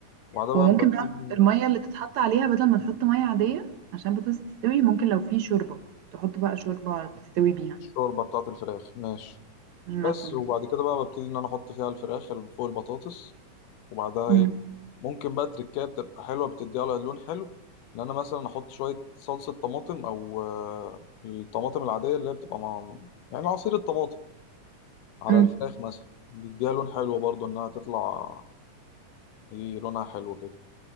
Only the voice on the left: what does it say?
وبعدها
بقى
ببتدي
الشوربة بتاعة الفراخ ماشي
بس وبعد كده بقى ببتدي ان انا احط فيها الفراخ اللي فوق البطاطس وبعدها
ايه ممكن بقى تركايه بتبقى حلوه بتديها لها لون حلو ان انا مثلا احط شويه صلصه طماطم او آه، الطماطم العاديه اللي هي بتبقى مع يعني عصير الطماطم على
الفراخ مثلا بيديها لون حلو برضو انها تطلع ايه لونها حلو كده